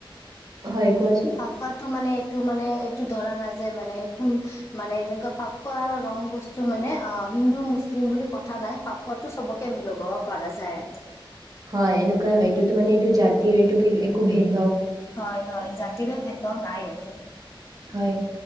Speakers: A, on the right; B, on the left.
A: হয় কোৱাচোন?
B: ফাকুৱাটো মানে এইটো মানে এইটো ধৰা নাযায় মানেোন মানে যেনেকুৱা ফাকুৱা ৰং বস্তু মানে অ হিন্দু মুছলিম বুলি কথা নাই ফাকুৱাতটো চবকে মিলগাব পৰা যায় আৰু
A: হয় এনেকুৱা হয়টো ত মানে এইটো জাতিৰ এইটো একো ভেদ
B: হয় হয় জাতিৰে একদম নাই ইয়াতে
A: হয়